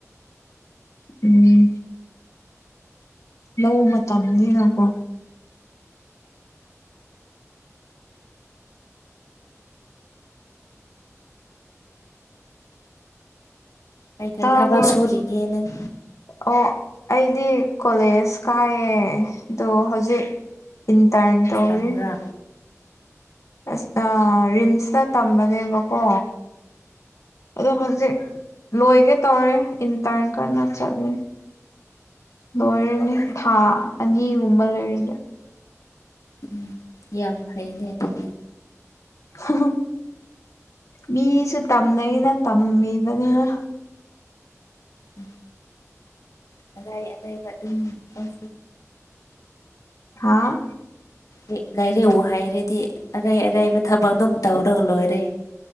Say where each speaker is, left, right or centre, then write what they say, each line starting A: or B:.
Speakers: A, on the left; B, on the left.
A: ꯎꯝ ꯂꯧ ꯃꯇꯝꯅꯤꯅꯀꯣ
B: ꯇꯥꯏ ꯇꯥꯏ
A: ꯇꯥꯕ꯭ꯔꯣ
B: ꯊꯕꯛ ꯁꯨꯔꯤꯒꯦ ꯅꯪ
A: ꯑꯣ ꯑꯩꯗꯤ ꯀꯣꯂꯦꯖ ꯀꯥꯏꯌꯦ ꯗꯣ ꯍꯧꯖꯤꯛ ꯏꯟꯇꯔꯟ ꯇꯧꯔꯤ
B: ꯇꯝꯕ꯭ꯔꯥ
A: ꯑꯁ
B: ꯑꯣ
A: ꯑ ꯔꯤꯝꯁꯇ ꯇꯝꯕꯅꯦꯕꯀꯣ ꯑꯗꯣ ꯍꯧꯖꯤꯛ ꯂꯣꯏꯒꯦ ꯇꯧꯔꯦ ꯏꯟꯇꯔꯟ ꯀꯟꯅ ꯆꯠꯂꯤ ꯂꯣꯏꯔꯅꯤ
B: ꯑꯣ
A: ꯊꯥ ꯑꯅꯤꯒꯨꯝꯕ ꯂꯩꯔꯗꯤ
B: ꯎꯝ ꯌꯥꯝ ꯐꯩꯅꯦ ꯑꯗꯨꯗꯤ
A: ꯍꯨꯍꯨ ꯃꯤꯁꯨ ꯇꯝꯅꯩꯅ ꯇꯝꯃꯤꯕꯅꯤꯗ
B: ꯎꯝ ꯑꯅꯩ ꯑꯅꯩꯕ ꯑꯗꯨꯝ ꯇꯧ
A: ꯍꯥꯥ
B: ꯔꯤꯛ ꯂꯥꯏꯔꯤꯛꯕꯨ ꯍꯩꯔꯗꯤ ꯑꯔꯥꯏ ꯑꯔꯥꯏꯕ ꯊꯕꯛ ꯑꯗꯨꯝ ꯇꯧꯔꯒ ꯂꯣꯏꯔꯦ